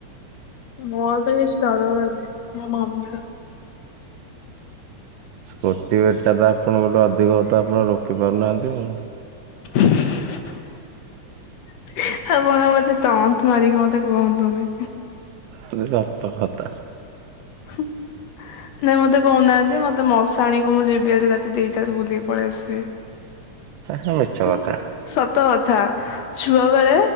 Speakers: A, on the left (about 70°); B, on the right (about 80°).
A: ମୋର ତ କିଛି ଡର ଡୁରା କିଛି, ମୋ ମମିର
B: ସ୍କୁଟି ବେଟ୍ ଟା ତ ଆପଣଙ୍କ ଠୁ ଅଧିକ ହ ତ ଆପଣ ରୋକି ପାରୁନାହାନ୍ତି ଆଉ।
A: ଆଉ କଣ ମୋତେ ତଣ୍ଟ ମାରିକି ମୋତେ ସେ କୁହନ୍ତୁନି।
B: ଖାଲି ଗାତ ଫାତ।
A: ନାଇଁ ମୋତେ କହୁନାହାନ୍ତି ମୋତେ ମଶାଣିକୁ ମୁଁ ଯିବି ଭାରି ରାତି ଦିଟାରେ ବୁଲିବି। ପଳି ଆସେ।
B: ହେ ମିଛ
A: ଏନ୍
B: କଥା
A: ସତ କଥା ଛୁଆ ବେଳେ